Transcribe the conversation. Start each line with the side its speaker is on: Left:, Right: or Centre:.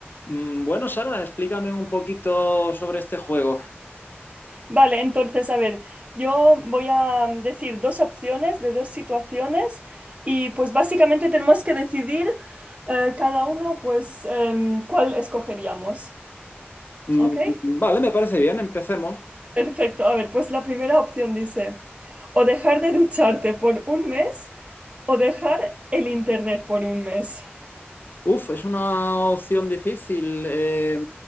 Left: Mm, Bueno, Sara, explícame un poquito sobre este juego.
Right: Vale, entonces, a ver, yo voy a mm, decir dos opciones de dos situaciones y pues básicamente tenemos que decidir eh, cada uno pues em, cuál escogeríamos.
Left: Mm,
Right: ¿Ok?
Left: Vale, me parece bien, empecemos.
Right: Perfecto. A ver, pues la primera opción dice, o dejar de ducharte por un mes o dejar el internet por un mes.
Left: Uf, es una opción difícil, eh,